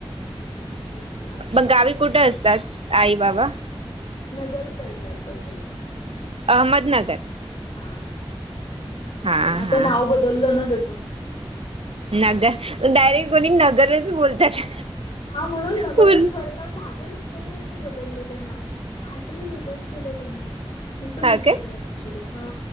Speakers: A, on the left (about 75°); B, on the right (about 80°).
A: हम्म, तसचं.
B: मग गावी कुठे असतात आई बाबा?
A: नगर साईड ला असतात ते लोक.
B: अहमदनगर.
A: हा ह
B: हा
A: आता
B: हा
A: नाव बदलल ना त्याचं-
B: नगर डायरेक्ट कोणी नगरच बोलतात.
A: हा म्हणून नगरच
B: पूर्ण
A: बरे कारण माझ्या लक्षात बदललेलं नाव, काहीतरी वेगळंच केलं त्यांनी मी पण
B: हा
A: विसरले
B: काय
A: आहे. क्चुली हा